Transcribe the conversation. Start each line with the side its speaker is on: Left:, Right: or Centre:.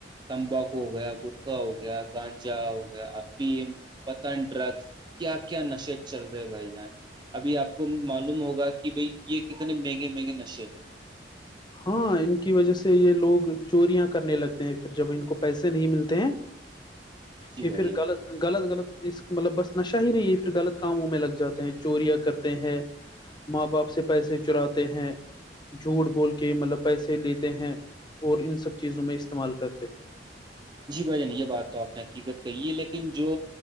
Right: تمباکو ہو گیا گٹکا ہو گیا گانجا ہو گیا افیم پتن ڈرگس کیا کیا نشے چل رہے بھائی جان ابھی آپ کو معلوم ہوگا کہ کہ بھائی یہ کتنے مہنگے مہنگے نشے ہے
Left: ہاں ان کی وجہ سے یہ لوگ چوریاں کرنے لگتے ہیں پھر جب ان کو پیسے نہیں ملتے ہیں
Right: جی
Left: یہ
Right: بھائی
Left: پھر
Right: جان
Left: غلط غلط غلط اس مطلب بس نشہ ہی نہیں ہے پھر غلط کاموں میں لگ جاتے ہیں چوریاں کرتے ہیں ماں باپ سے پیسے چراتے ہیں جھوٹ بول کے کہ مطلب پیسے لیتے ہیں اور ان سب چیزوں میں استعمال کرتے ہیں
Right: جی بھ جان یہ بات تو آپ نے حقیقت کہی ہے لیکن جو